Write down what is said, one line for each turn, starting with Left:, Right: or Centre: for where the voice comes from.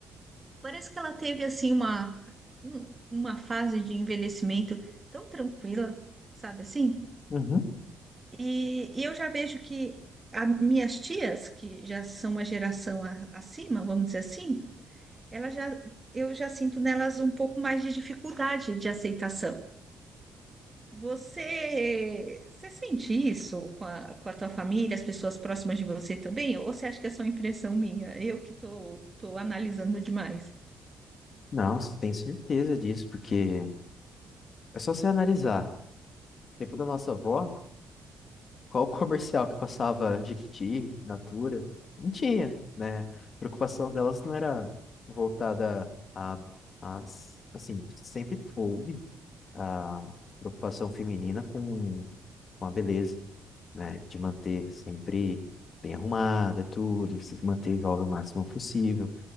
Right: Parece que ela teve assim uma um- uma fase de envelhecimento tão tranquila, sabe assim?
Left: uhum.
Right: E, e eu já vejo que a, minhas tias, que já são uma geração a- acima, vamos dizer assim, ela já eu já sinto nelas um pouco mais de dificuldade de aceitação. Você, você sente isso com a, com a tua família, as pessoas próximas de você também? Ou você acha que é só impressão minha? Eu que estou tô, tô analisando demais.
Left: Nossa, tenho certeza disso, porque é só você analisar. No Tempo da nossa avó, qual <laughs> comercial que passava Jequiti, Natura? Não tinha, né? A preocupação delas não era voltada a, às- assim, sempre houve a preocupação feminina com, com a beleza, né? De manter sempre bem arrumada, tudo, se manter jovem o máximo possível,